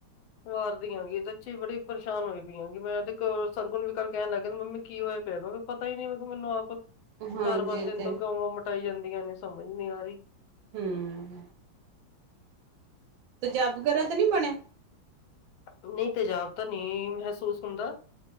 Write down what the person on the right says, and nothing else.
ਹਾਂਜੀ
ਇਹ
ਤੇ
ਹਮ ਤੇਜਾਬ ਵਗੈਰਾ ਤਾਂ ਨੀ ਬਣਿਆ